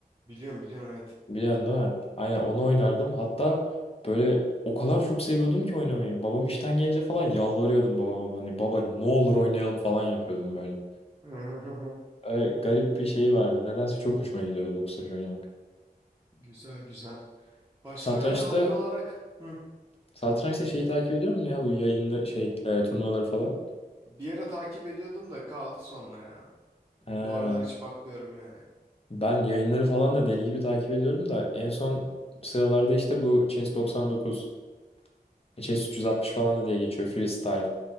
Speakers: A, on the right; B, on the left.
A: biliyorum biliyorum evet.
B: Biliyorsun değil mi? Aynen onu oynardım. Hatta böyle o kadar çok seviyordum ki oynamayı. Babam işten gelince falan yalvarıyordum babama. Hani baba ne olur oynayalım falan yapıyordum böyle.
A: <laughs>
B: Öyle garip bir şey vardı. Nedense çok hoşuma gidiyordu doksaç oynamak.
A: Güzel güzel. Başka
B: Satrançta
A: öyle hobi olarak hı,
B: satrançta şeyi takip ediyor musun ya? Bu yayınlı şey e, turnuvaları falan.
A: bir ara takip ediyordum da kaldı sonra ya. Bu
B: Ha,
A: aralar hiç bakmıyorum yani.
B: ben yayınları falan da deli gibi takip ediyorum da en son sıralarda işte bu Chess 99, Chess 360 falan da diye geçiyor freestyle.